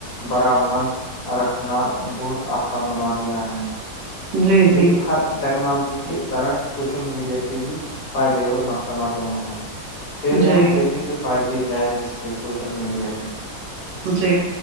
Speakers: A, on the left; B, on the right.
A: برآمد رکھنا بہت آسان بنا دیا ہے
B: جی جی
A: لیکن ہر ٹیکنالوجی کی طرح سوشل میڈیا کے بھی فائدے اور نقصانات دونوں ہیں پہلے
B: جی
A: ہم دیکھیں گے فائدے کیا ہیں اس کے سوشل میڈیا کے
B: جی